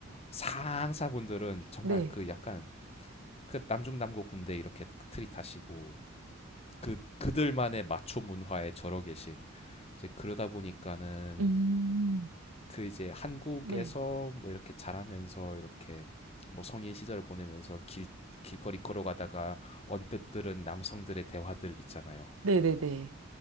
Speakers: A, on the left; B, on the right.
A: 상사분들은 정말
B: 네.
A: 그 약간 그 남중남고 군대 이렇게 트릿하시고 그 그들만의 마초 문화에 절어 계신 이제 그러다 보니까는
B: 음,
A: 그 이제 한국에서
B: 네.
A: 뭐 이렇게 자라면서 이렇게 뭐 성인 시절을 보내면서 길 길거리 걸어가다가 언뜻 들은 남성들의 대화들 있잖아요.
B: 네네네.